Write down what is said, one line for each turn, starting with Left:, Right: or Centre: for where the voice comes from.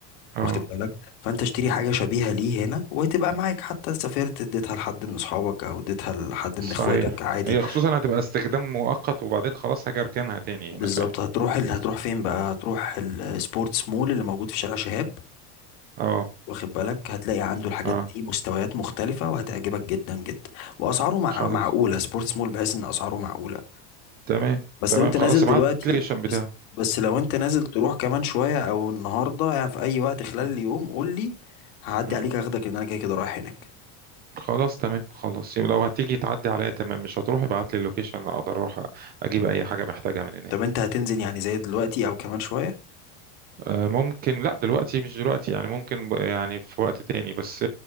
Right: اه
Left: واخد بالك فانت اشتري
Right: مم.
Left: حاجه شبيهه ليه هنا وهتبقى معاك حتى سافرت اديتها لحد من اصحابك او اديتها لحد من
Right: صحيح
Left: اخواتك عادي
Right: هي خصوصا هتبقى استخدام مؤقت وبعدين خلاص هاجي اركنها تاني
Left: بالظبط
Right: هنا فاهمني
Left: هتروح ال... هتروح فين بقى هتروح السبورتس مول اللي موجود في شارع شهاب
Right: اه
Left: واخد بالك هتلاقي عنده الحاجات
Right: اه
Left: دي مستويات مختلفه وهتعجبك جدا جدا واسعاره مع...
Right: خلاص
Left: معقوله سبورتس مول بحيث ان اسعاره معقوله
Right: تمام
Left: بس
Right: تمام
Left: لو انت
Right: خلاص
Left: نازل دلوقتي
Right: ابعت لي اللوكيشن
Left: بس
Right: بتاعه
Left: بس لو انت نازل تروح كمان شويه او النهارده يعني في اي وقت خلال
Right: مم.
Left: اليوم قول لي هعدي
Right: مم.
Left: عليك اخدك لان انا كده كده رايح هناك
Right: خلاص تمام خلاص يبقى لو هتيجي تعدي عليا تمام مش هتروح ابعت لي اللوكيشن اقدر اروح اجيب اي حاجه محتاجها من هناك
Left: طب انت هتنزل يعني زي دلوقتي او كمان شوية
Right: آه، ممكن لا دلوقتي مش دلوقتي يعني ممكن ب- يعني في وقت تاني بس